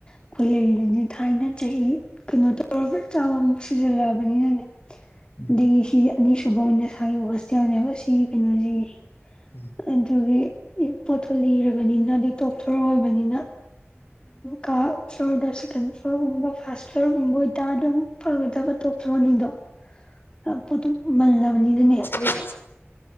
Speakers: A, on the left; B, on the left.
A: ꯑꯩꯈꯣꯏ ꯂꯩꯔꯗꯤ ꯊꯥꯏꯅ ꯆꯍꯤ ꯀꯩꯅꯣ ꯇꯧꯔꯕ ꯆꯥꯕ ꯑꯃꯨꯛ ꯁꯤꯖꯜꯂꯛꯑꯕꯅꯤꯅꯅꯦ꯫
B: ꯎꯝ
A: ꯑꯗꯒꯤ ꯁꯤ ꯑꯅꯤꯁꯨꯕ ꯑꯣꯏꯅ ꯁꯥꯒꯤꯕ ꯍꯣꯁꯇꯦꯜꯅꯦꯕ ꯁꯤꯒꯤ ꯀꯩꯅꯣꯁꯤꯒꯤ꯫
B: <inaudible>
A: ꯑꯗꯨꯒꯤ ꯄꯣꯊꯣ ꯂꯤꯔꯕꯔꯕꯅꯤꯅ ꯑꯗꯩ ꯇꯣꯞ ꯊꯣꯔꯣ ꯑꯣꯏꯕꯅꯤꯅ꯫ ꯀꯥ ꯐ꯭ꯂꯣꯔꯗ ꯁꯦꯀꯦꯟ ꯐ꯭ꯂꯣꯔꯒꯨꯝꯕ ꯐꯥꯔꯁ ꯐ꯭ꯂꯣꯔꯒꯨꯝꯕ ꯑꯣꯏꯇꯥꯔ ꯑꯗꯨꯝ ꯐꯒꯗꯕ ꯇꯣꯜ ꯐ꯭ꯂꯣꯔꯅꯤꯗꯣ꯫ ꯑ ꯄꯣꯠꯇꯣ ꯃꯜꯂꯕꯅꯤꯗꯅꯦ,
B: <inaudible>